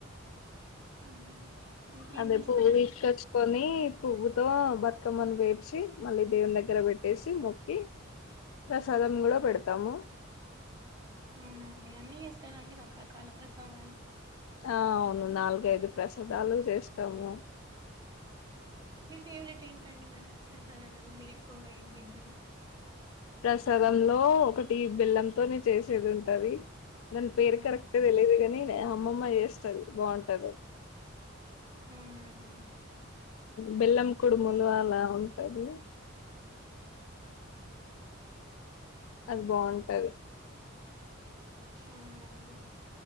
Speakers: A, on the right; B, on the left.
A: మ్మ్, ఇంకేం
B: అదే
A: చేస్తారండి
B: పువ్వు తీసుకొచ్చుకొని పువ్వుతో బతుకమ్మను పేర్చి మళ్ళీ దేవుని దగ్గర పెట్టేసి మొక్కి ప్రసాదం కూడా పెడతాము
A: అవునాండి అన్ని చేస్తారు అండి రకరకాల ప్రసాదాలు
B: ఆ అవును నాలుగైదు ప్రసాదాలు చేస్తాము
A: మీ ఫేవరెట్ ఏంటండి మరి ప్రసాదాలలో మీరు ఎక్కువగా ఏం దింటరూ
B: ప్రసాదంలో ఒకటి బెల్లంతోనే చేసేది ఉంటది దాని పేరు
A: అవునా
B: కరెక్టుగా తెలీదు కానీ అమ్మమ్మ చేస్తది బాగుంటది అది
A: అవునా అండి
B: బెల్లం కుడుమలు
A: స్వీట్
B: అలా ఉంటది అది బాగుంటది
A: అవునా అండి